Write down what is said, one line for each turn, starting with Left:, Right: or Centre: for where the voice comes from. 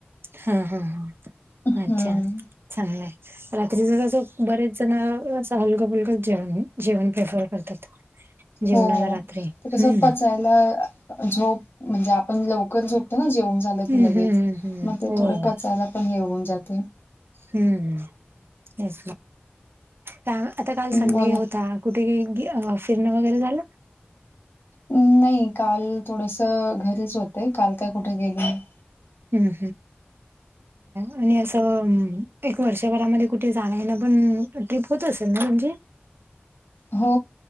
Right: हं हं हं
Left: हम्म
Right: अच्छा चांगलाय. रात्रीचं कसं बरेच जण असं हलकं फुलकंच जेवण जेवण प्रेफर करतात. <inaudible>
Left: हो
Right: रात्री.
Left: ते कसं
Right: हम्म.
Left: पचाय ला झोप म्हणजे आपण लवकर झोपतो ना जेऊन. झाले की
Right: हम्म,
Left: लगेच,
Right: हम्म, हम्म.
Left: मं ते
Right: हो.
Left: थोडे पचायला पण हे होऊन जातंय.
Right: हम्म हम्म हेच ना, आता काल संडे
Left: बोला
Right: होता. कुठे <unintelligible> फिरणं वगैरे झालं?
Left: नाही काल थोडसं घरीच होते, काल काय कुठे गेली नाही.
Right: हम्म हम्म <unintelligible> एक वर्षभरामध्ये कुठे जाणं येणं पण ट्रीप होत असेल ना तुमची?
Left: हो